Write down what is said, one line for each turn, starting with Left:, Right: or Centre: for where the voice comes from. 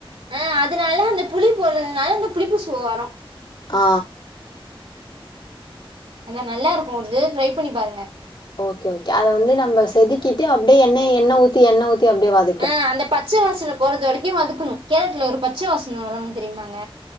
Right: ஆ அதனால அந்த புளிப்போடுறதுனால அந்த புளிப்பு சுவ வரு
Left: ஆ
Right: அந்த நல்லாருக்கு ஒருதே ட்ரை பண்ணி பாருங்க
Left: ஓகே ஓகே அத வந்து நம்ம செதுக்கிட்டு அப்டியே எண்ணெ எண்ணெ ஊத்தி எண்ணெ ஊத்தி அப்டியே வத
Right: ஆ அந்த பச்ச வாசன போறது வரைக்கு வதக்கணு கேரட்ல ஒரு பச்ச வாசன வரு தெரியுமாங்க